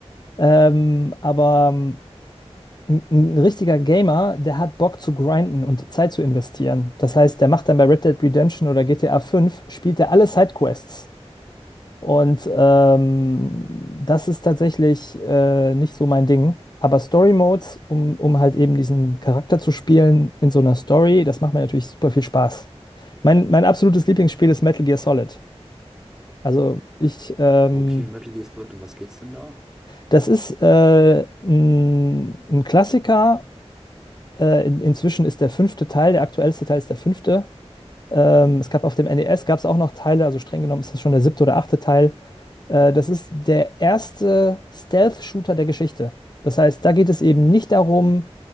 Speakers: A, on the left (about 40°); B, in the centre.
A: Ähm, aber ähm, Ein, ein richtiger Gamer, der hat Bock zu grinden und Zeit zu investieren. Das heißt, der macht dann bei Red Dead Redemption oder GTA 5, spielt er alle Sidequests. Und ähm, das ist tatsächlich äh, nicht so mein Ding. Aber Story Modes, um, um halt eben diesen Charakter zu spielen in so einer Story, das macht mir natürlich super viel Spaß. Mein, mein absolutes Lieblingsspiel ist Metal Gear Solid. Also ich, ähm,
B: Okay, Metal Gear Solid, um was geht's denn da?
A: das ist äh, ein, ein Klassiker Äh, in, inzwischen ist der fünfte Teil, der aktuellste Teil ist der fünfte. Ähm, es gab auf dem NES gab es auch noch Teile, also streng genommen ist das schon der siebte oder achte Teil. Äh, das ist der erste Stealth-Shooter der Geschichte. Das heißt, da geht es eben nicht darum,